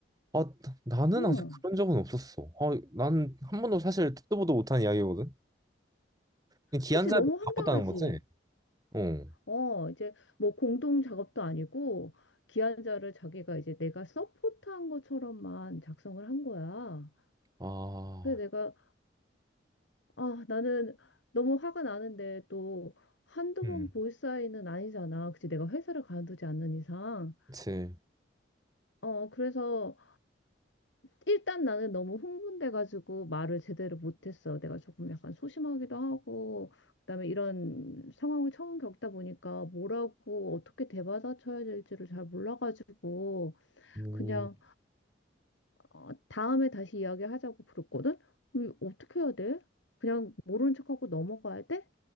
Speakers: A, on the right; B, on the left.
A: 아, 나- 나는
B: 응.
A: 아직 그런 적은 없었어. 아, 난한 번도 사실 듣도 보도 못한 이야기거든? 근데 기한
B: 그치,
A: 자리를
B: 너무 황당하지.
A: 바꿨다는 거지? 어.
B: 어, 이제 뭐 공동 작업도 아니고 기한자를 자기가 이제 내가 서포트한 것처럼만 작성을 한 거야.
A: 아,
B: 그래서 내가, 아, 나는 너무 화가 나는데 또 한두
A: 음,
B: 번 볼 사이는 아니잖아. 그치, 내가 회사를 가두지 않는 이상.
A: 그치.
B: 어, 그래서 일단 나는 너무 흥분돼가지고 말을 제대로 못했어. 내가 조금 약간 소심하기도 하고, 그다음에 이런 상황을 처음 겪다 보니까 뭐라고 어떻게 대받아쳐야 될지를 잘 몰라가지고
A: 음,
B: 그냥 어, 다음에 다시 이야기하자고 부르거든. 음, 어떻게 해야 돼? 그냥 모른 척하고 넘어가야 돼?